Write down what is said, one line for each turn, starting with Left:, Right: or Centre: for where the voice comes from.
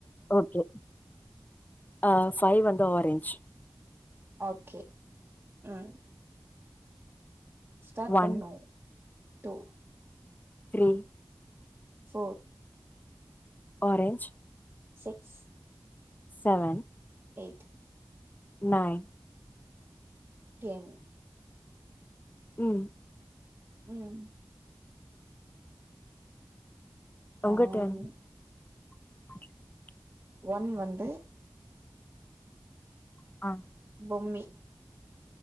Left: ஓகே ஆ ஃபைவ் வந்து ஆரஞ்ச்
Right: ஓகே ம் ஸ்டார்ட்
Left: ஒன்
Right: பண்ணணு. Two
Left: three
Right: four
Left: orange
Right: six
Left: seven
Right: eight
Left: nine
Right: ten
Left: ம்
Right: ம்
Left: உங்க
Right: ஆ
Left: டர்ன்
Right: நா
Left: <inaudible>
Right: ஒன் வந்து
Left: ஆ
Right: பொம்மி